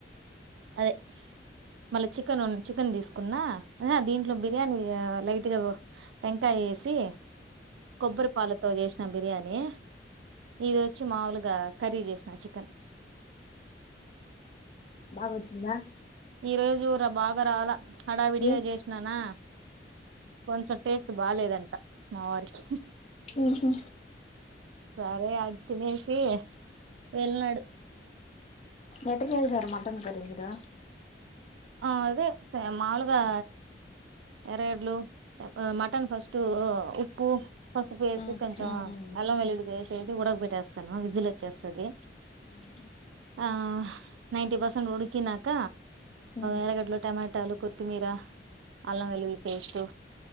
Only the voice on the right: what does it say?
అదే మళ్ళా చికెన్ చికెన్ తీసుకున్నా అదే దీంట్లో బిర్యానీ లైట్గా ఓ టెంకాయ ఏసి కొబ్బరి పాలతో చేసిన న బిర్యానీ ఇది వచ్చి మాములగ కర్రీ చేసిన చికెన్
ఈ రోజు బాగా రాల హడావిడిగా
చేసిన నా కొంచెం టేస్ట్ బాలేదంట మా వారికి
సరే ఆధ్ తినేసి వెల్నాడు
ఆ అదే స మాములుగా ఎరడ్లు మటన్ ఫస్ట్ ఉప్పు పసుపు వేసి
కొంచెం
అల్లం వెల్లుల్లి పేస్ట్ వేసి ఉడక పెట్టేస్తను విజిల్ వచ్చేస్తది
ఆ నైన్టీ పర్సెంట్ ఉడికినాక
ఎరగడ్లు టమాటాలు కొత్తిమీర అల్లం వెల్లుల్లి పేస్టు